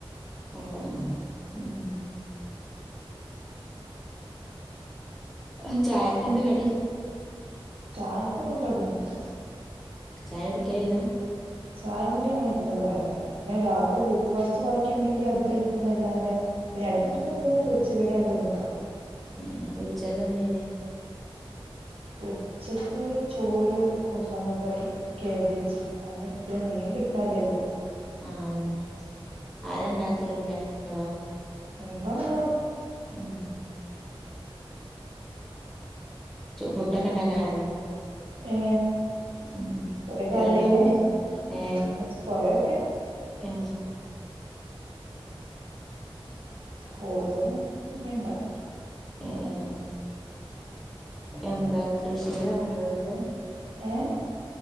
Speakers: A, in the centre; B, on the right (about 75°).
A: അത് തന്ന ഉം ആ ചായക്ക് എന്താ കടി
B: ചായക്കൊന്നും കടിയെന്നുല്ല
A: ചായ കുടിക്കലേയില്ല
B: ചായ കൂടി അങ്ങനെ ഇല്ല ഇവിടെ ആരും അങ്ങനെ പിന്നെ രാവിലത്തെ ബ്രേക്ക്ഫാസ്റ്റ് ബാക്കിയുണ്ടെങ്കി അത് കഴിക്കുന്നല്ലാതെ പിന്നെ
A: ആഹ്
B: ഇടക്ക് എന്തെങ്കിലും പൊരിച്ച കടി എന്തിലും ഉണ്ടാക്കും
A: ഏഹ് ഉച്ചക്കെന്തേനി
B: ഉച്ചക്ക് ചോറ് കുമ്പങ്ങ കറി കാബേജ് അതിന് പിന്നെ മീന് കിട്ടല്ലല്ലോ ഇപ്പൊ
A: ആഹ് അതന്നെ ആരാ ഇണ്ടാക്കല് ഇമ്മേ ഇങ്ങളോ
B: എന്തോണ്
A: ഉം ഫുഡൊക്കെ ഉണ്ടാക്കാൻ അറിയോ
B: ഏ
A: ളം
B: കൊറെ
A: എല്ലാമുണ്ടാക്കും
B: കാലായില്ലേ
A: ആ
B: എല്ലാന്ന് വെച്ച് കൊറെയൊക്കെ
A: ആ
B: കൂടുതലും ഉമ്മ ഉണ്ടാക്കും
A: ഏ എ എന്താ കൃഷികളൊക്കെ ഉണ്ടോ വീട്ടില്
B: ഏ